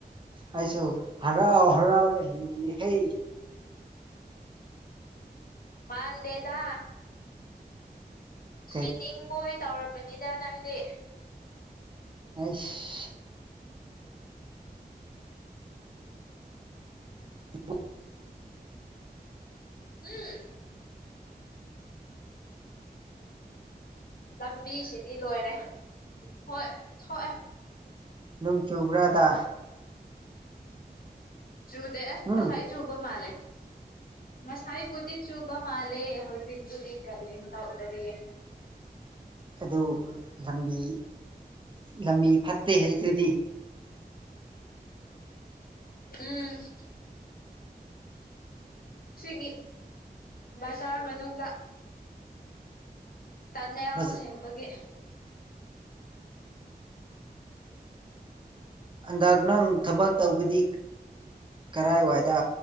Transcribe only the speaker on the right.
ꯑꯩꯁꯨ ꯍꯔꯥꯎ ꯍꯔꯎꯅꯦ ꯍꯤꯟꯏ ꯍꯦ
ꯀꯩ
ꯑꯁ <unintelligible>
ꯅꯣꯡ ꯆꯨꯕ꯭ꯔꯥꯗ
ꯎꯝ
ꯑꯗꯨ ꯂꯝꯕꯤ ꯂꯝꯕꯤ ꯐꯠꯇꯦ ꯍꯥꯏꯗꯨꯗꯤ
ꯕꯖ
ꯍꯟꯗꯛ ꯅꯪ ꯊꯕꯛ ꯇꯧꯕꯗꯤ ꯀꯔꯥꯏꯋꯥꯏꯗ